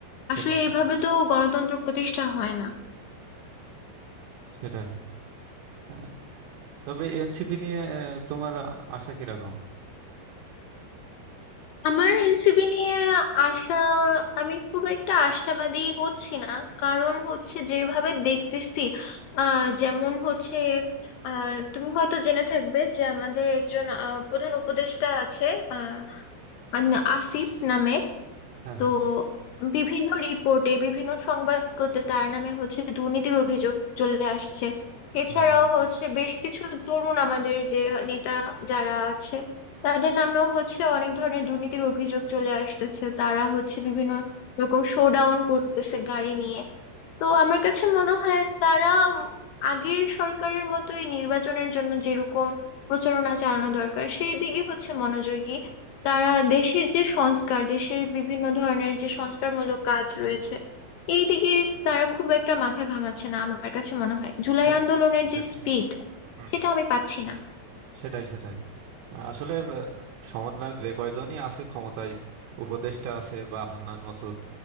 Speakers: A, on the left; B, on the right.
A: আসলে
B: সেটাই সেটাই
A: এভাবে তো গণতন্ত্র প্রতিষ্ঠা হয় না
B: সেটাই। আহ, তবে এনসিপি নিয়ে আহ, তোমার আশা কিরকম
A: আমার এনসিপি নিয়ে আশা আমি খুব একটা আশাবাদী হচ্ছি না কারণ হচ্ছে যেভাবে দেখতেছি আহ যেমন হচ্ছে আহ তুমি হয়তো জেনে থাকবে যে আমাদের একজন আহ, প্রধান উপদেষ্টা আছে আহ আন- আসিফ নামে
B: হ্যাঁ
A: তো
B: হ্যাঁ
A: বিভিন্ন রিপোর্টে বিভিন্ন সংবাদপত্রে তার নামে হচ্ছে দুর্নীতির অভিযোগ চলে আসছে এছাড়াও
B: হ্যাঁ
A: হচ্ছে বেশ কিছু তরুণ আমাদের যে নেতা যারা আছে তাদের নামেও হচ্ছে অনেক ধরনের দুর্নীতির অভিযোগ চলে আসতেছে তারা হচ্ছে বিভিন্ন রকম শোডাউন করতেছে গাড়ি নিয়ে তো আমার কাছে মনে হয় তারা আগের সরকারের মতোই নির্বাচনের জন্য যেরকম প্রচারণা চালানো দরকার সেই দিকে হচ্ছে মনোযোগী তারা দেশের যে সংস্কার দেশের বিভিন্ন ধরনের যে সংস্কারমূলক কাজ রয়েছে এই দিকে তারা খুব একটা মাথা ঘামাচ্ছে না আমার কাছে মনে হয় জুলাই
B: হ্যাঁ,
A: আন্দোলনের
B: exactly.
A: যে স্পিড
B: হুম,
A: সেটা
B: হুম।
A: আমি পাচ্ছি না
B: সেটাই সেটাই আহ, আসলে আহ, সমন্বয়ক যে কয়জনই আছে ক্ষমতায় উপদেষ্টা আছে বা হান্নান মাসুদ